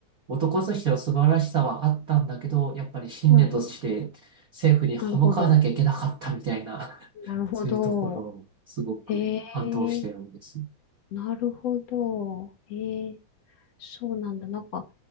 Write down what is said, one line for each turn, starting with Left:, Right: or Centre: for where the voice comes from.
Right: 男としての素晴らしさはあったんだけど、やっぱり信念として政府に歯向かわなきゃいけなかったみたいな、
Left: はい、なるほど。
Right: <laughs>
Left: なるほど。
Right: そういうところをすごく感動してるんです。
Left: へえ、なるほど。へえ、そうなんだ。なんか、